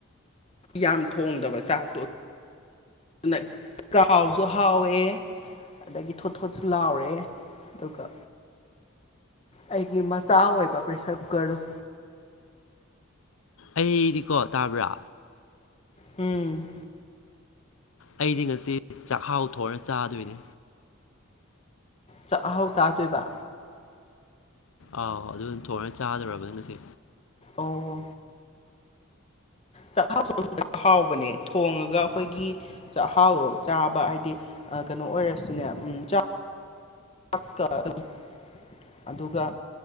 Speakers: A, on the left; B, on the left.
A: ꯌꯥꯝ ꯊꯣꯡꯗꯕ ꯆꯥꯛꯇꯣ ꯑꯗꯨꯅ ꯍꯥꯎꯁꯨ ꯍꯥꯎꯋꯦ ꯑꯗꯒꯤ ꯊꯣꯠ ꯊꯣꯠꯁꯨ ꯂꯥꯎꯔꯦ ꯑꯗꯨꯒ ꯑꯩꯒꯤ ꯃꯆꯥ ꯑꯣꯏꯕ ꯄ꯭ꯔꯦꯁꯔ ꯀꯨꯀꯔ ꯗꫭ
B: ꯑꯩꯗꯤꯀꯣ ꯇꯥꯕ꯭ꯔꯥ
A: ꯎꯝ
B: ꯑꯩꯗꯤ ꯉꯁꯤ ꯆꯥꯛꯍꯥꯎ ꯊꯣꯡꯉ ꯆꯥꯗꯣꯏꯅꯦ
A: ꯆꯥꯛ ꯍꯥꯎ ꯆꯥꯗꯣꯏꯕ
B: ꯑꯧ ꯑꯗꯨ ꯊꯣꯡꯉ ꯆꯥꯗꯔꫭꯕꯅꯤ ꯉꯁꯤ
A: ꯑꯣ ꯆꯥꯛꯍꯥꯎꯁꯨ ꯑꯗꯨ ꯍꯥꯎꯕꯅꯦ ꯊꯣꯡꯉꯒ ꯑꯩꯈꯣꯏꯒꯤ ꯆꯥꯛꯍꯥꯎꯗꯣ ꯆꯥꯕ ꯍꯥꯏꯗꯤ ꯑ ꯀꯩꯅꯣ ꯑꯣꯏꯔꯁꯨꯅꯦ ꯎꯝ ꯆꯥꯛ ꯆꯥꯛ ꯀ ꯑꯗꯨꯝ ꯑꯗꯨꯒ